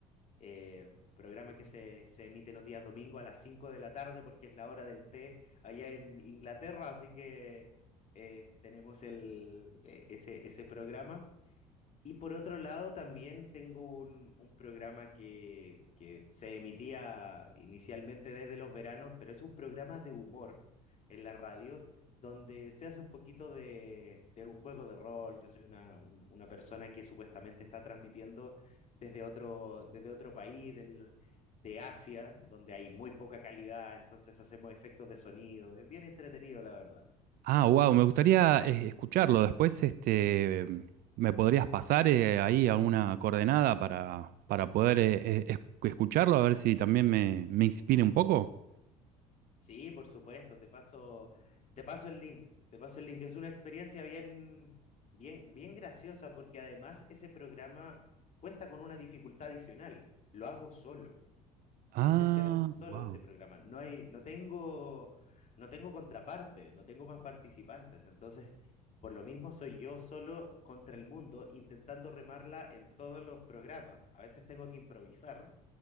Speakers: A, on the left (about 40°); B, on the right (about 55°).
A: Eh, programa que se, se emite los días domingo a las 5 de la tarde porque es la hora del té allá en Inglaterra, así que eh, tenemos el, eh, ese, ese programa. Y por otro lado, también tengo un, un programa que, que se emitía inicialmente desde los veranos, pero es un programa de humor en la radio, donde se hace un poquito de, de un juego de rol. Yo soy una, un- una persona que supuestamente está transmitiendo desde otro, desde otro país del, de Asia, donde hay muy poca calidad, entonces hacemos efectos de sonido. Es bien entretenido, la verdad.
B: Ah, wow, me gustaría eh, escucharlo. Después, este, ¿me podrías pasar eh, ahí alguna coordenada para, para poder eh, eh, es- escucharlo? A ver si también me, me inspire un poco.
A: Sí, por supuesto, te paso, te paso el link, te paso el link. Es una experiencia bien, bien, bien graciosa porque además ese programa cuenta con una dificultad adicional. Lo hago solo,
B: Ah,
A: tengo que hacer solo
B: wow,
A: ese programa. No hay, no tengo, no tengo contraparte, no tengo más participantes. Entonces, por lo mismo soy yo solo contra el mundo intentando remarla en todos los programas. A veces tengo que improvisar